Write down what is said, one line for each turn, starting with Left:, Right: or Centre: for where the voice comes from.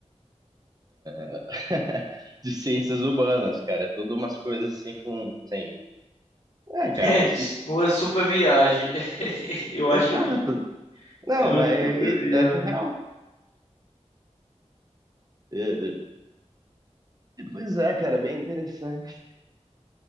Right: <laughs> de ciências humanas, cara. É tudo umas coisas sem fundo, sem... É, cara,
Left: <laughs> É
Right: se- es-
Left: uma super viagem. <laughs> Eu
Right: exato.
Left: acho isso.
Right: Não,
Left: É uma
Right: mas é,
Left: super
Right: é
Left: viagem.
Right: é real. É, é. Pois é, cara, bem interessante.